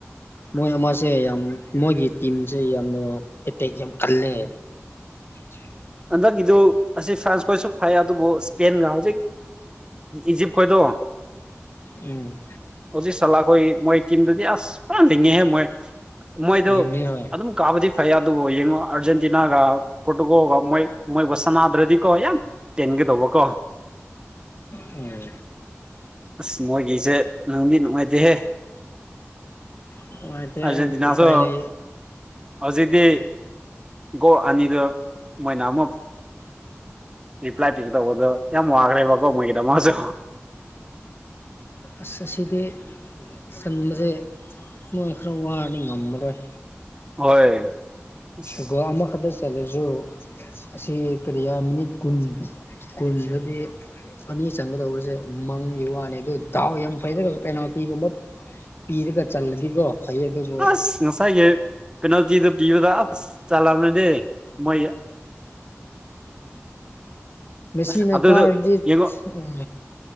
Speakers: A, on the left; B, on the right.
A: ꯃꯣꯏ ꯑꯃꯁꯦ ꯌꯥꯝ ꯃꯣꯏꯒꯤ ꯇꯤꯝꯁꯦ ꯌꯥꯝꯅ ꯑꯦꯇꯦꯛ ꯌꯥꯝ ꯈꯜꯂꯦ <unintelligible>
B: ꯍꯟꯗꯛꯀꯤꯗꯨ ꯑꯁꯤ ꯐ꯭ꯔꯥꯟꯁꯀꯣꯏꯁꯨ ꯐꯩ ꯑꯗꯨꯕꯨ ꯏꯁꯄꯦꯟꯒ ꯍꯧꯖꯤꯛ ꯏꯖꯤꯞ ꯈꯣꯏꯗꯣ
A: ꯎꯝ
B: ꯑꯣꯖꯤ ꯆꯂꯥꯈꯣꯏ ꯃꯣꯏ ꯀꯅꯤꯗꯨꯗꯤ ꯑꯁ ꯄꯥꯟꯂꯤꯉꯦꯍꯦ ꯃꯣꯏ ꯃꯣꯏꯗꯣ
A: ꯂꯤꯡꯉꯦ ꯍꯣꯏ
B: ꯑꯗꯨꯝ ꯀꯥꯕꯗꯤ ꯐꯩ ꯑꯗꯨꯕꯨ ꯌꯦꯡꯉꯣ ꯑꯥꯔꯖꯦꯟꯇꯤꯅꯥꯒ ꯄꯣꯔꯇꯨꯒꯣꯜꯒ ꯃꯣꯏ ꯃꯣꯏꯕꯨ ꯁꯅꯥꯗ꯭ꯔꯗꯤꯀꯣ ꯌꯥꯝ ꯇꯦꯟꯒꯗꯧꯕꯀꯣ
A: ꯎꯝ
B: ꯑꯁ ꯃꯣꯏꯒꯤꯁꯦ ꯅꯨꯡꯗꯤ ꯅꯨꯡꯉꯥꯏꯇꯦꯍꯦ
A: ꯅꯨꯡꯉꯥꯏꯇꯦ
B: ꯑꯔꯖꯇꯤꯅꯥ
A: ꯎꯄꯥꯏ
B: ꯑꯁꯣ
A: ꯂꯩ
B: ꯍꯧꯖꯤꯗꯤ ꯣ ꯑꯅꯤꯗ ꯃꯥꯏꯅꯥ ꯑꯃ ꯔꯤꯄ꯭ꯂꯥꯏ ꯄꯤꯒꯦ ꯇꯧꯕꯗꯣ ꯌꯥꯝ ꯋꯥꯈ꯭ꯔꯦꯕꯀꯣ ꯃꯣꯏꯒꯤꯗꯃꯁꯨ
A: ꯑꯁ ꯑꯁꯤꯗꯤ ꯁꯟꯕꯁꯦ ꯅꯣꯏ ꯈꯔ ꯋꯥꯅ ꯉꯝꯃꯔꯣꯏ
B: ꯍꯣꯏ ꯑꯁ
A: ꯒꯣ ꯑꯃ ꯈꯕꯔ ꯆꯦꯁꯨꯣ ꯑꯁꯤ ꯀꯔꯤ ꯃꯤꯅꯤꯠ ꯀꯨꯟ ꯀꯨꯟꯗꯗꯤ ꯑꯅꯤ ꯆꯪꯒꯗꯧꯕꯁꯦ ꯃꯪꯒꯤ ꯋꯥꯅꯤ ꯑꯗꯨ ꯗꯥꯎ ꯌꯥꯝ ꯐꯩꯗ꯭ꯔꯦ ꯄꯦꯅꯥꯜꯇꯤꯒꯨꯝꯕ ꯄꯤꯔꯒ ꯆꯜꯂꯗꯤꯀꯣ ꯐꯩꯌꯦ ꯑꯗꯨꯕꯨ
B: ꯑꯁ ꯉꯁꯥꯏꯒꯤ ꯄꯦꯅꯥꯜꯇꯤꯗꯨ ꯄꯤꯕꯗ ꯑꯁ ꯆꯜꯂꯕꯅꯤꯅꯦ ꯃꯣꯏ
A: ꯃꯁꯤꯅꯥ
B: ꯑꯁ ꯑꯗꯨꯗꯣ
A: ꯀꯥꯔꯗꯤ
B: ꯌꯦꯡꯉꯣ
A: ꯎꯝ